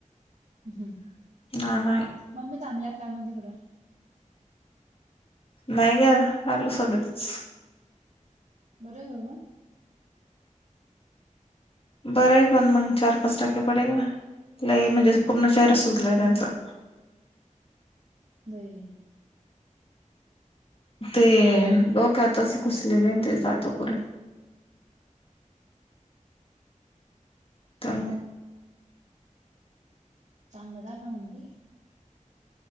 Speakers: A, on the right; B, on the left.
A: हम्म
B: नाना ये
A: ममी थांबल्यात काय मग तिकडं
B: नाही ग आलो सगळीच
A: बरं आहे का ग
B: बरं आहे पण मग चार, पाच टाके पडेल ना लई म्हणजे पूर्ण चेहराच सुजलाय त्यांचा
A: बई
B: ते डोक्यातच घुसलेलेय ते जात कुठ त्यामुळे
A: चांगलं दाख म्हण बी